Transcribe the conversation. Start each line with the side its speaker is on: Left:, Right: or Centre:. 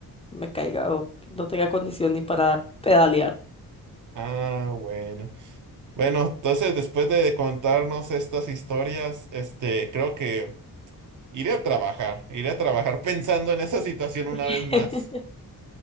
Left: me caiga o no tenga condición ni para pedalear.
Right: Ah, bueno. Bueno, entonces después de contarnos estas historias, este, creo que iré a trabajar. Iré a trabajar <laughs> pensando en esa situación una
Left: <laughs>
Right: vez más.